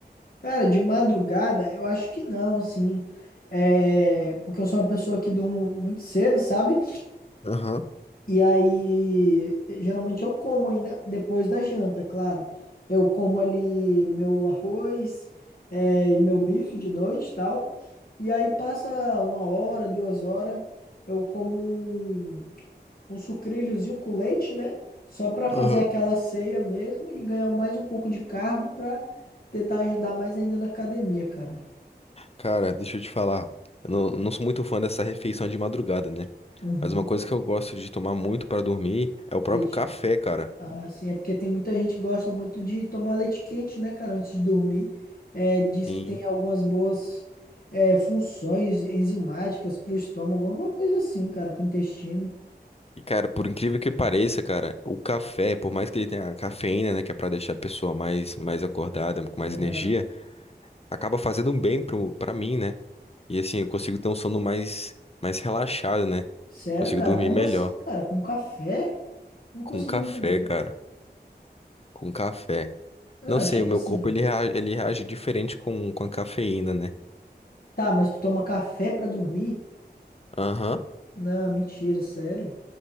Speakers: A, on the left; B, on the left.
A: Cara, de madrugada, eu acho que não, assim. É, porque eu sou uma pessoa que durmo muito cedo, sabe?
B: Aham,
A: E aí, geralmente eu como ainda depois da janta, claro. Eu como ali meu arroz, eh, e meu bife de noite e tal. E aí passa uma hora, duas horas, eu como um, um sucrilhozinho com leite, né? Só pra fazer
B: aham.
A: aquela ceia mesmo e ganhar mais um pouco de carbo pra tentar ajudar mais ainda na academia, cara.
B: Cara, deixa eu te falar. Eu não, não sou muito fã dessa refeição de madrugada, né?
A: Aham.
B: Mas uma coisa que eu gosto de tomar muito para dormir é o próprio
A: Leite.
B: café, cara.
A: Ah, sim, é porque tem muita gente que gosta muito de tomar leite quente, né, cara, antes de dormir. É, diz
B: Sim.
A: que tem algumas boas é, funções enzimáticas pro estômago, alguma coisa assim, cara, pro intestino.
B: E, cara, por incrível que pareça, cara, o café, por mais que ele tenha a cafeína, né, que é pra deixar a pessoa mais, mais acordada, com
A: Aham.
B: mais energia, acaba fazendo um bem pro, pra mim, né? E assim, eu consigo ter um sono mais, mais relaxado, né?
A: Sério,
B: Consigo
A: cara?
B: dormir
A: Como
B: melhor.
A: assim, cara? Com café? Não
B: Com
A: consegui
B: café,
A: entender.
B: cara. Com café.
A: Ah,
B: Não sei,
A: tipo
B: o meu
A: assim,
B: corpo ele reage, ele reage diferente com, com a cafeína, né?
A: tá, mas tu toma café pra dormir?
B: Aham.
A: Não, mentira, sério.